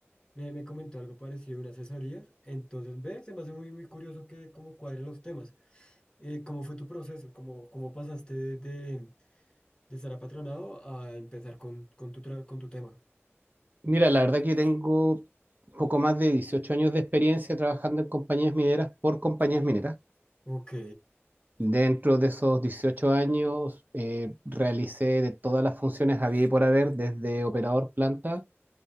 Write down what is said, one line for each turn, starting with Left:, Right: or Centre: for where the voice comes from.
Left: me, me comentó algo parecido, una asesoría. Entonces, ve, se me hace muy, muy curioso que cómo cuadren los temas. Eh, ¿cómo fue tu proceso? ¿Cómo, cómo pasaste de, de, de estar apatronado a empezar con, con tu, tra- con tu tema?
Right: Mira, la verdad que tengo poco más de 18 años de experiencia trabajando en compañías mineras por compañías mineras.
Left: Ok,
Right: Dentro de esos 18 años eh, realicé de todas las funciones había y por haber, desde operador planta